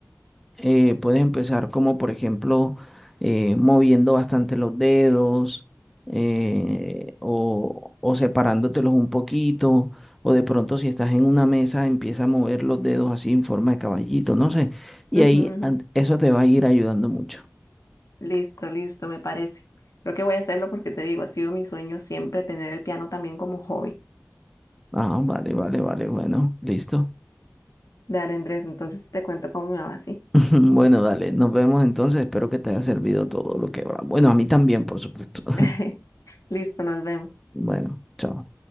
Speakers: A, in the centre; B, on the left.
A: eh, puedes empezar como, por ejemplo, eh, moviendo bastante los dedos eh, o, o separándotelos un poquito. O de pronto si estás en una mesa, empieza a mover los dedos así en forma de caballito, no sé. Y
B: Ujú,
A: ahí
B: ujú.
A: an- eso te va a ir ayudando mucho.
B: Listo, listo, me parece. Creo que voy a hacerlo porque te digo, ha sido mi sueño siempre tener el piano también como hobby.
A: Ah, vale, vale, vale, bueno, listo.
B: Dale, Andrés, entonces te cuento cómo me va así.
A: <laughs> Bueno, dale, nos vemos entonces. Espero que te haya servido todo lo que va. Bueno, a mí también, por supuesto. <laughs>
B: <laughs> Listo, nos vemos.
A: Bueno, chao.